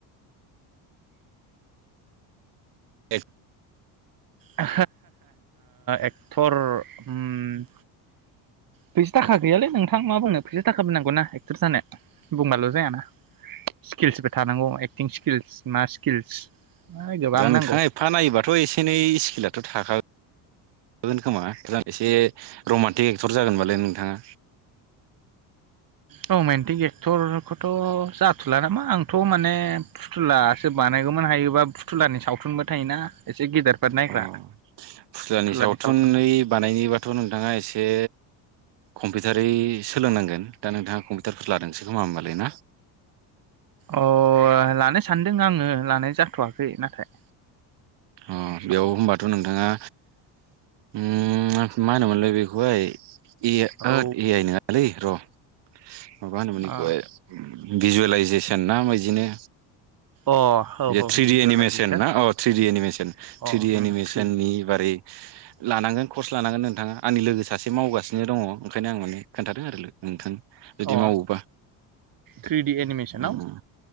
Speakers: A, on the right (about 65°); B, on the right (about 50°).
A: ए
B: ओ एक्टर उम फैसा थाखा गैयालै नोंथां मा बुंनो फैसा थाखा बो नांगौना एक्टर जानो बुंबाल' जायाना स्किल्सफोर थानांगौ। एक्टिं स्किल्स मा स्किल्स ओइ गोबां
A: दा नोंथांङा
B: नांगौ
A: एफा नायोबाथ' एसे नै खिलाथ' थाखागोन खोमा दा एसे रमान्टिक एक्टर जागोनबालाय नोंथांङा
B: रमान्टिक एक्टरखौथ' जाथुला नामा आंथ' माने फुथुलासो बानायगौमोन हायोबा फुथुलानि सावथुनबो थायोना एसे गेदेरफोर नायग्रा
A: अ फुस्लानि
B: फुथुलानि
A: सावथुनै
B: सावथुना
A: बानायनोबाथ' नोंथांङा एसे कम्पिउटारै सोलोंनांगोन दा नोंथांङा कम्पिउटारफोर लादोंसो खोमा होमबालाय ना?
B: अ लानो सानदों आंङो। लानाय जाथ'वाखै नाथाय।
A: अ
B: साव
A: बेयाव होनबाथ' नोंथाङा। उम मा होनल बिखौहाय। ए
B: औ
A: ए आइ नङालै र'। माब होनोमोन बेखौहाय।
B: अ
A: भिजुवेलाइजेसन ना बिदिनो?
B: औ औ
A: बे थ्रिडि
B: भिजुवेलाइजेसन
A: एनिमेसन ना औ थ्रिडि एनिमेसन थ्रिडि
B: अ उम
A: एनिमेसननि
B: थ्रि
A: बारै लानांगोन। कर्स लानांगोन नोंथाङा आंनि लोगो सासे मावगासिनो दङ ओंखायनो आं माने खोनन्थादों आरो नोंथांनो। जुदि
B: अ
A: मावोबा
B: थ्रिडि एनिमेसनाव
A: उम